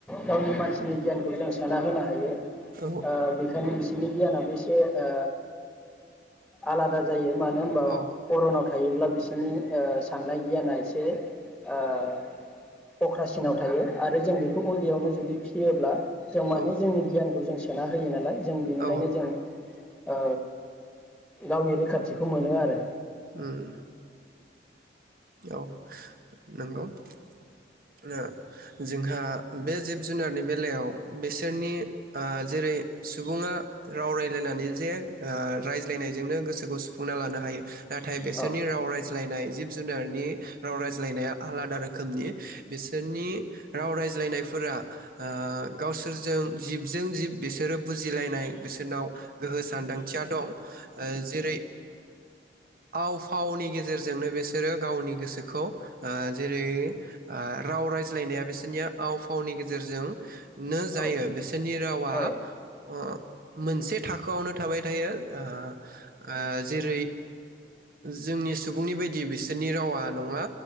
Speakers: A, in the centre; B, on the right.
A: गावनि मानसिनि गियानखौ जों सोना होनो हायो। ओ
B: औ
A: बेखायनो बिस बिनि गियानाबो एसे ओ आलादा जायो। मानो होमबा
B: औ
A: अर'नाव थायोब्ला बिसोरनि ओ साननाय गियाना एसे ओ अख्रासिनाव थायो आरो जों बेखौ उन्दैयावनो जुदि फि फियोब्ला जों माने
B: औ
A: जोंनि गियानखौ जों सोना होयो नालाय। जों बेनिखायनो
B: औ औ
A: जों ओ गावनि रैखाथि बिखौ मोनो आरो।
B: उम। औ नंगौ। ओ जोंहा बे जिब-जुनारनि बेलायाव बिसोरनि ओ जेरै सुबुङा राव रायलायनानै जे ओ रायज्लायनायजोंनो गोसोखौ सुफुंना लानो हायो नाथाय बिसोरनि
A: औ
B: राव रायज्लायनाय जिब जुनारनि राव रायज्लायनाया आलादा रोखोमनि। बिसोरनि राव रायज्लायनायफोरा ओ गावसोरजों जिबजों जिब बिसोरो बुजिलायनाय बिसोरनाव गोहो सानदांथिया दं। ओ जेरै आव-फावनि गेजेरजोंनो बिस सोरो गावनि गोसोखौ ओ जेरै ओ राव रायज्लायनाया बिसोरनि आव फावनि गेजेरजोंनो जायो
A: औ
B: बिसोरनि रावा
A: औ
B: अ मोनसे थाखोआवनो थाबाय थायो ओ ओ जेरै जोंनि सुबुंनि बायदि बिस सोरनि रावा नङा